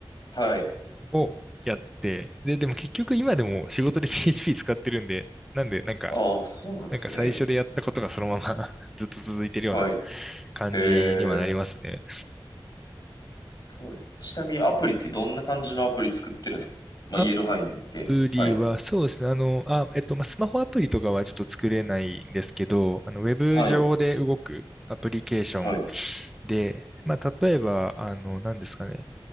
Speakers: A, on the left; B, in the centre.
A: はい。
B: をやって、で、でも結局今でも仕事で PHP 使ってるんで、なんで、なんか、
A: ああ、そうなんですね。
B: なんか最初でやったことがそのまま <laughs> ずっと続いてるような
A: はい。
B: 感じにはなりますね。
A: へえ。そうです。ちなみにアプリってどんな感じのアプリ作ってるんですかまあ、
B: あ
A: 言える範囲で。
B: プリは、
A: はい。
B: そうですね。あの、あ、えっと、まあ、スマホアプリとかはちょっと作れないんですけど、あの、ウェブ上で動くアプリケーション
A: はい。はい。
B: で、まあ、例えば、あの、何ですかね。